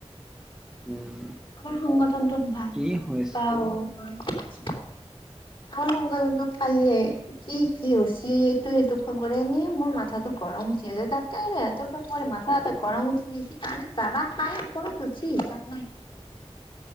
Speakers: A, in the centre; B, on the left.
A: উম
B: আমাৰ সংগঠনটোত ভাল
A: কি হৈছে
B: পাওঁ। হয়। আমাৰ সংগঠনত কালি কি কি হৈ হৈছে? এইটো সেইটোক ফোন কৰি এনেই মোৰ মাথাতো গৰম উঠি আছে তাত। এই এহেতে ফোন কৰি মাথা চাথা গৰম উঠি গৈছি। জালা খাই উঠি ঠিক হিচাপ নাই।